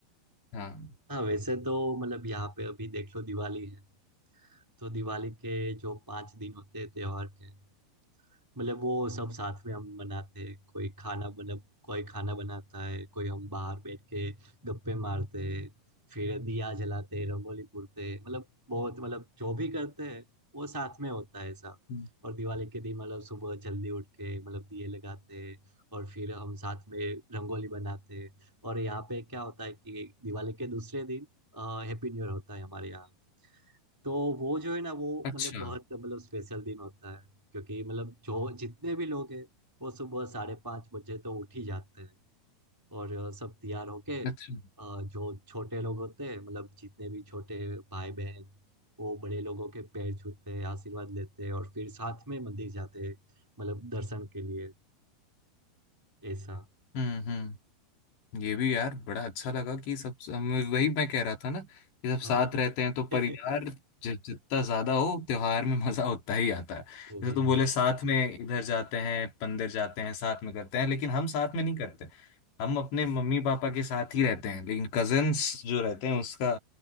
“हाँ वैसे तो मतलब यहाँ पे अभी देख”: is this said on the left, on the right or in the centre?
Centre